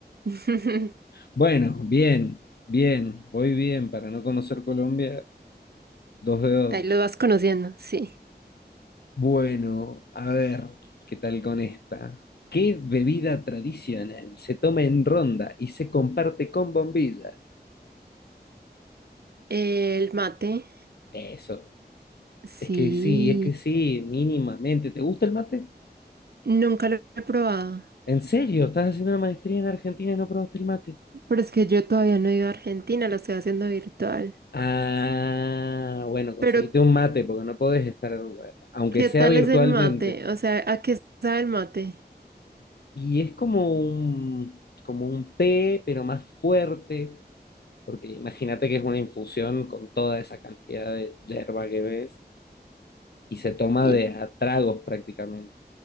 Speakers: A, on the right; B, on the left.
A: <laughs>
B: Bueno, bien, bien, voy bien. Para no conocer Colombia, dos de dos.
A: Ahí lo vas conociendo, sí.
B: Bueno, a ver, ¿qué tal con esta? ¿Qué bebida tradicional se toma en ronda y se comparte con bombilla?
A: El mate,
B: Eso.
A: sí.
B: Es que sí, es que sí, mínimamente. ¿Te gusta el mate?
A: Nunca lo he probado,
B: ¿En serio? ¿Estás haciendo una maestría en Argentina y no probaste el mate?
A: pero es que yo todavía no he ido a Argentina, lo estoy haciendo virtual.
B: Ah, bueno, conseguiste
A: Pero,
B: un mate porque no podés estar, aunque
A: ¿qué
B: sea
A: tal
B: virtualmente.
A: es el mate? O sea, ¿a qué sabe el mate?
B: Y es como un, como un té, pero más fuerte. porque imagínate que es una infusión con toda esa cantidad de yerba que ves y se toma
A: Y,
B: de a tragos prácticamente.